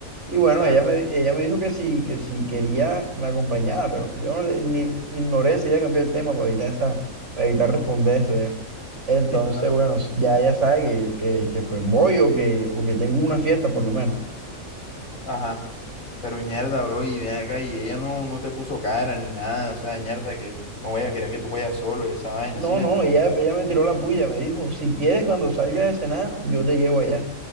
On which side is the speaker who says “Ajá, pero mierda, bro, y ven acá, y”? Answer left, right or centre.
Left